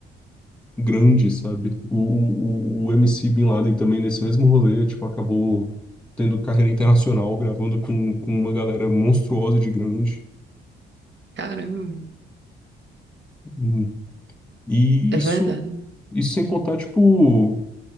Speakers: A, in the centre; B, on the right.
A: grande, sabe? O, o, o MC Bin Laden também, nesse mesmo rolê, tipo, acabou tendo carreira internacional, gravando com, com uma galera monstruosa de grande.
B: caramba,
A: Hum. E
B: é verdade.
A: isso, isso sem contar, tipo.